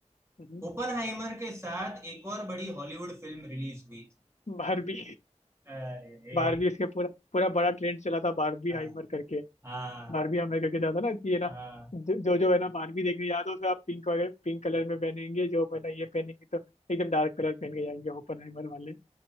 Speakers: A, on the left; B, on the right.
A: हम्म,
B: ओपनहाइमर के साथ एक और बड़ी हॉलीवुड फिल्म रिलीज हुई
A: बारबी
B: अरे रे
A: बारबी इसके पूरा पूरा बड़ा ट्रेंड चला था बारबी
B: हाँ
A: हाइमर करके
B: हाँ
A: बारबी हमें करके जाता ना कि ये ना
B: हाँ।
A: जो जो जो है ना बारबी देखने जाते हो तो आप पिंक वगैरह पिंक कलर में पहनेंगे जो है ना ये पहनेंगे तो एकदम डार्क कलर पहन के जाएंगे ओपनहाइमर वाले